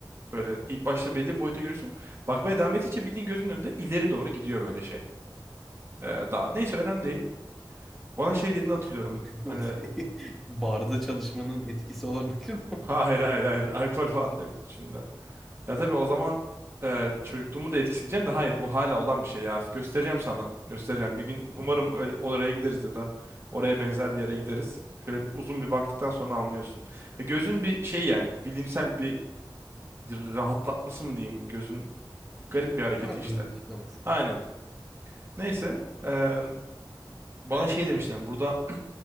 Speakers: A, on the right; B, in the centre.
A: Böyle ilk başta belli bir boyuta görüyorsun. Bakmaya devam ettikçe bildiğin gözünün önünde ileri doğru gidiyor böyle şey. Eee, daha neyse önemli değil. Bana şey dediğini hatırlıyorum.
B: <laughs>
A: Hani
B: Barda çalışmanın etkisi olabilir mi?
A: hayır hayır hayır alkol falan da yoktu şimdi. Ya tabii o zaman e, çocukluğumu da etkileyeceğim de hayır bu hala olan bir şey ya. Göstereceğim sana. Göstereceğim. Bir gün
B: Tamam.
A: umarım öyle, oraya gideriz ya da oraya benzer bir yere gideriz. Şöyle bir- uzun bir baktıktan sonra anlıyorsun. Ha, gözün bir şey yani bilimsel bir rahatlatması mı diyeyim? Gözün garip bir hareketi
B: Vardır
A: işte.
B: bir açıklaması.
A: Aynen. Neyse e, bana şey demişler burada <clears throat>